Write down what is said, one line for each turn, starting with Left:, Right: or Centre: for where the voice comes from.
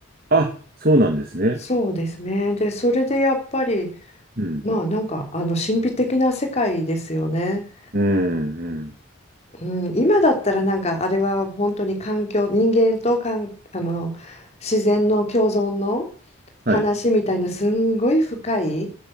Right: あ、そうなんですね。
Left: そうですね。で、それでやっぱり、
Right: うん、
Left: まあなんか、あの、神秘的な世界ですよね。
Right: うん、うん。
Left: うん、今だったらなんかあれは本当に環境人間とかんあの自然の共存の話みたいなすんごい深い
Right: はい、